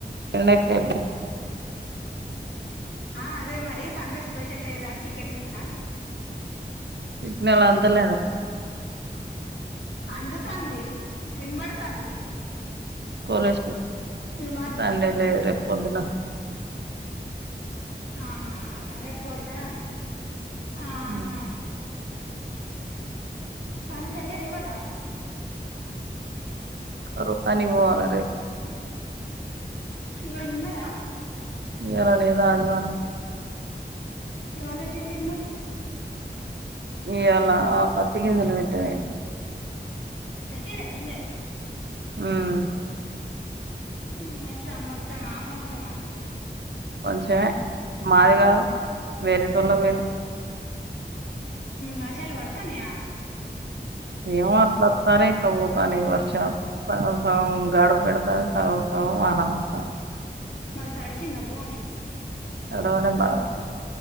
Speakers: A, on the right; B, on the left.
A: బెండకాయ
B: అ అదే మరి సండే స్పెషల్ లేదా చికెన్ గిట్లా
A: సిగ్నల్ అందుతలేవా
B: అందుతోంది వినబడుతోంది
A: కోలేజ
B: మాట
A: సండేల రే పొదున్న
B: ఆహా ర రేపుదరా ఆహా
A: ఉమ్,
B: పనికి వెళ్ళారా ఇవాళ <inaudible>
A: రేపు పనికి పోవాలి
B: ఇవాళ్ళ ఉన్నాదా
A: ఇయ్యాళ్ల లేదా అదివారం
B: ఇవాళటి ఇల్ ఇర్ మ
A: ఇయ్యలా పతికిజలమిట్ వేణ
B: పెట్టి రజంజలో
A: ఉము
B: ఉము ఎట్లా మొత్తమా కొంచమా
A: కొంచమే మాది కాదు వేరే టోళ్ళకి పోయిన
B: వర్షాలు పడతానయా
A: నేమ అట్లాస్తానే ఇక్కబోతాను ఈ వర్ష సగ సగం గగాడుబడతాను సగం స అనడుత
B: మరి త అడిసిిందా భూమే
A: అడ వాళ్ళ బావ